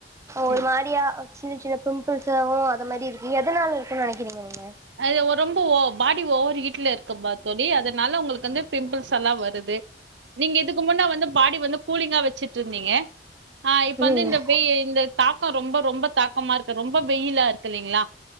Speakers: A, on the right (about 15°); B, on the right (about 75°).
A: ஒரு
B: ம்
A: மாரியா சின்ன சின்ன பிம்பிள்ஸாவு அது மாரிருக்கு எதனால இருக்குன்னு நெனைக்கிறீங்க நீங்க
B: அது ரொம்ப ஓ பாடி ஓவர் ஹீட்லருக்கு பா தோழி அதனால உங்களுக்கு வந்து பிம்பிள்ஸ் எல்லா வருது நீங்க இதுக்கு முன்னா வந்து பாடி வந்து கூலிங்கா வச்சிட்டுருந்தீங்க ஆ இப்ப
A: ம்
B: வந்து இந்த வெயி இந்த தாக்கம் ரொம்ப ரொம்ப தாக்கமாருக்கு ரொம்ப வெயிலாருக்கு இல்லைங்களா